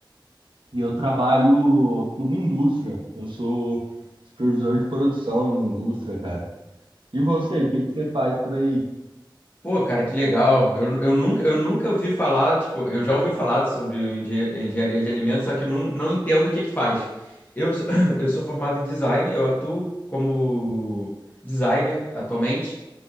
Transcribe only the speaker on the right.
E eu trabalho numa indústria. Eu sou supervisor de produção em uma indústria, cara. E você, o que que você faz por aí?